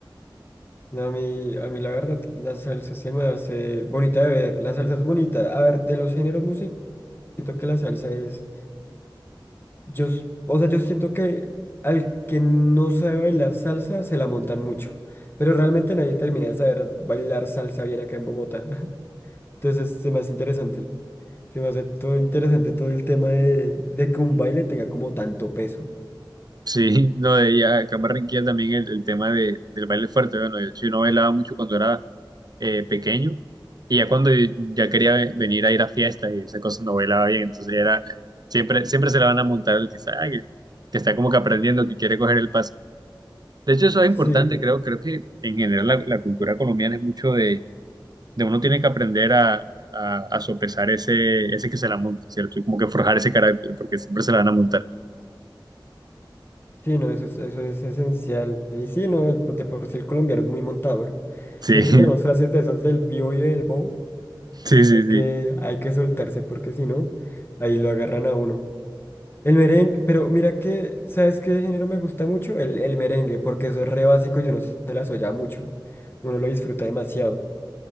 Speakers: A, on the left; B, on the right.
A: no, a mí, a mí la verdad, la salsa se me hace bonita de ver. La salsa es bonita. A ver, de los géneros musicales, siento que la salsa es. Yo, s- o sea, yo siento que al que no sabe bailar salsa se la montan mucho, pero realmente nadie termina de saber bailar salsa bien acá en Bogotá. <laughs> Entonces se me hace interesante, se me hace todo interesante todo el tema de, de que un baile tenga como tanto peso.
B: Sí, <laughs> no, de ella, acá en Barranquilla también el, el tema de, del baile fuerte. Bueno, yo, sí no bailaba mucho cuando era eh, pequeño y ya cuando ya quería ve- venir a ir a fiestas y esas cosas no bailaba bien, entonces era, siempre, siempre se la van a montar el que está, ah, que, que está como que aprendiendo, que quiere coger el paso. De hecho, eso es importante,
A: Sí,
B: creo, creo que en general la, la cultura colombiana es mucho de, de uno tiene que aprender a, a, a sopesar ese, ese que se la monta, ¿cierto? Y como que forjar ese carácter, porque siempre se la van a montar.
A: sí, no, eso es, eso es esencial. Y sí, no, el- de por sí el colombiano es muy montador.
B: Sí,
A: De hecho,
B: <laughs> sí,
A: tenemos frases de esos del bio y del bow.
B: sí, sí.
A: Hay que, hay que soltarse porque si no, ahí lo agarran a uno. El merengue, pero mira que, ¿sabes qué género me gusta mucho? El, el merengue, porque eso es re básico, yo no se las oya mucho. Uno lo disfruta demasiado.